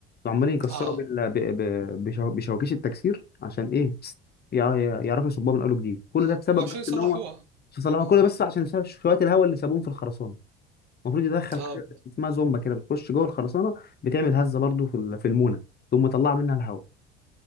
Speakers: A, on the left; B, on the right.
A: عمالين يكسروا
B: اه
A: بال... ب... ب... بشو... بشواكيش التكسير عشان ايه يع... يعرفوا يصبوها من اول وجديد كل
B: اه
A: ده بسبب
B: هو عشان
A: بس
B: يصلحوها
A: ان هو شو صلاح
B: اه
A: كل ده بس عشان ساب شويه الهواء اللي سابوهم في الخرسانه المفروض يدخل
B: اه
A: حاجه اسمها زومبا كده بتخش جوه الخرسانه بتعمل هزه برضو في ال- في المونه ثم تطلع منها الهواء